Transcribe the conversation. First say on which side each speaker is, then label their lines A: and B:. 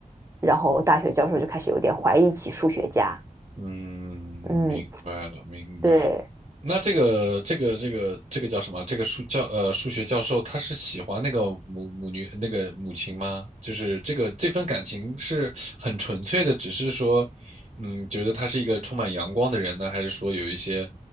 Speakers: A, on the right (about 20°); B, on the right (about 45°).
A: 然后大学教授就开始有点怀疑起数学家，
B: 嗯，
A: 嗯，
B: 明白了，明白了。
A: 对。
B: 那这个这个这个这个叫什么？这个数教呃数学教授他是喜欢那个母母女那个母亲吗？就是这个这份感情是很纯粹的，只是说，嗯，觉得他是一个充满阳光的人呢，还是说有一些